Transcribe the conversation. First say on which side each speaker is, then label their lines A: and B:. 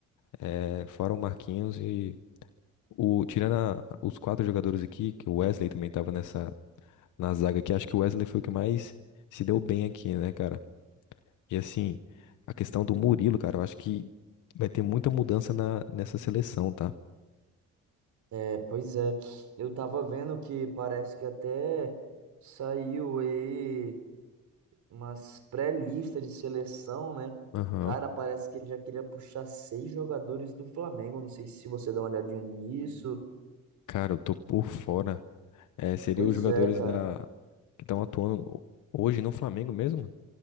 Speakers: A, on the left; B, on the right.
A: é, fora o Marquinhos e o tirando a- os quatro jogadores aqui, que o Wesley também tava nessa na zaga aqui. Acho que o Wesley foi o que mais se deu bem aqui, né, cara? E assim, a questão do Murilo, cara, eu acho que vai ter muita mudança na, nessa seleção, tá?
B: É, pois é. Eu tava vendo que parece que até saiu aí. umas pré-lista de seleção, né?
A: Aham.
B: Cara, parece que ele já queria puxar seis jogadores do Flamengo. Não sei se você dá uma olhadinha nisso.
A: Cara, eu tô por fora. É, seriam
B: Pois
A: os jogadores
B: é, cara.
A: da que estão atuando hoje no Flamengo mesmo?